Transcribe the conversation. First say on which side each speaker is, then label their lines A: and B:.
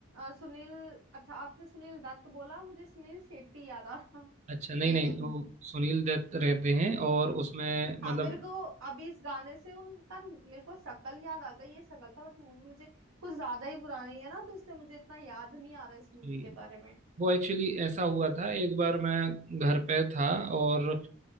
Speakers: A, on the right; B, on the right.
A: अ, सुनील अच्छा आपने सुनील दत्त बोला मुझे सुनील शेट्टी याद आ रहा
B: अच्छा नहीं
A: नहीं
B: नहीं
A: नहीं
B: वो सुनील दत्त रहते हैं और उसमें मतलब
A: हाँ मेरे को अभी इस गाने से उनका मेरे को शक्ल याद आ गई ये शक्ल था बट मूवी मुझे कुछ ज्यादा ही पुरानी है ना तो इसलिए मुझे इतना याद नहीं आ रहा इस मूवी
B: जी,
A: के बारे में
B: वो एक्चुअली ऐसा हुआ था एक बार मैं घर पे था और अ,